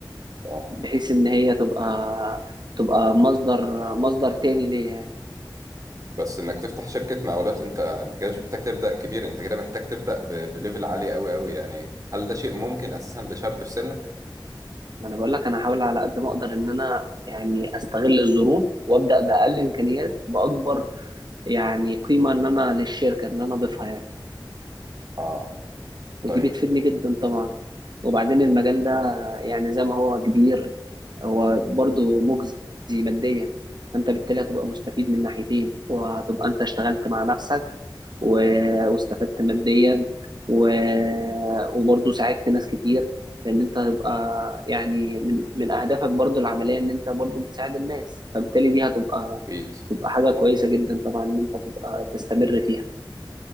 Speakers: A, on the right; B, on the right.
A: اه
B: بحيث ان هي تبقى تبقى مصدر مصدر تاني ليا يعني
A: بس انك تفتح شركه مقاولات انت انت كده مش محتاج تبدا كبير انت كده محتاج تبدا ب- بليفل عالي قوي قوي يعني هل ده شيء ممكن اساسا لشاب في سنك
B: ما انا بقول لك انا هحاول على قد ما اقدر ان انا يعني استغل الظروف وابدا باقل امكانيات باكبر يعني قيمة إن أنا للشركة إن أنا أضيفها يعني
A: اه
B: ودي
A: طيب
B: بتفيدني جدا طبعا وبعدين المجال ده يعني زي ما هو كبير هو برضه مجزي ماديا فأنت بالتالي هتبقى مستفيد من ناحيتين وهتبقى أنت اشتغلت مع نفسك و... واستفدت ماديا و... وبرضه ساعدت ناس كتير لأن أنت هتبقى يعني من من أهدافك برضه العملية إن أنت برضه بتساعد الناس فبالتالي دي هتبقى
A: اكيد
B: تبقى حاجة كويسة جدا طبعا إن أنت تبقى تستمر فيها